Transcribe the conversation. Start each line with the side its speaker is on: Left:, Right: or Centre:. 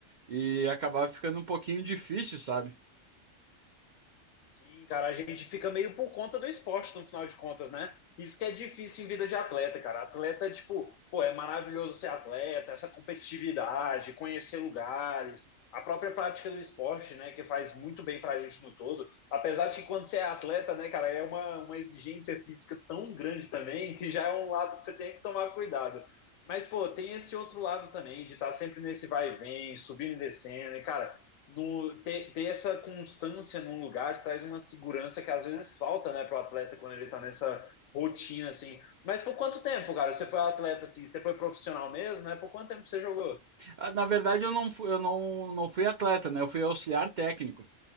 Right: E acabava ficando um pouquinho difícil, sabe?
Left: Sim, cara, a gente fica meio por conta do esporte, no final de contas, né? Isso que é difícil em vida de atleta, cara. Atleta, tipo, pô, é maravilhoso ser atleta, essa competitividade, conhecer lugares, a própria prática do esporte, né, que faz muito bem pra gente no todo. Apesar de que quando você é atleta, né, cara, é uma, uma exigência física tão grande também, que já é um lado que você tem que tomar cuidado. Mas, pô, tem esse outro lado também, de estar sempre nesse vai e vem, subindo e descendo, e, cara, do, ter, ter essa constância num lugar traz uma segurança que às vezes falta, né, para o atleta quando ele está nessa rotina, assim. Mas por quanto tempo, cara? Você foi atleta, assim, você foi profissional mesmo, né? Por quanto tempo você jogou?
Right: Ah, Na verdade, eu não fui, eu não, não fui atleta, né? Eu fui auxiliar técnico.